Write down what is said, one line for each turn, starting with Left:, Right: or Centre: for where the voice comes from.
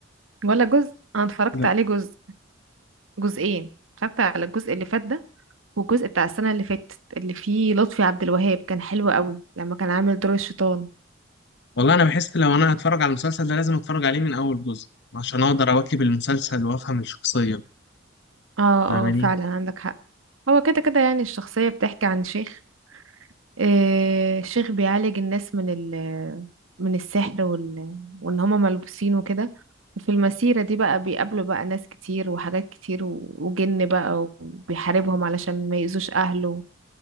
Right: ولا جزء أنا اتفرجت
Left: لا
Right: عليه جزء جزئين اتفرجت على الجزء اللي فات ده والجزء بتاع السنة اللي فاتت اللي فيه لطفي عبد الوهاب كان حلو قوي لما كان عامل دور الشيطان
Left: والله انا بحس لو انا هتفرج على المسلسل ده لازم اتفرج عليه من اول جزء عشان اقدر اواكب المسلسل وافهم الشخصية
Right: اه
Left: فاهماني
Right: اه فعلا عندك حق هو كده كده يعني الشخصية بتحكي عن شيخ آه شيخ بيعالج الناس من ال من السحر وال وان هما ملبوسين وكده وفي المسيرة دي بقى بيقابلوا بقى ناس كتير وحاجات كتير و- وجن بقى وبيحاربهم علشان ما يأذوش أهله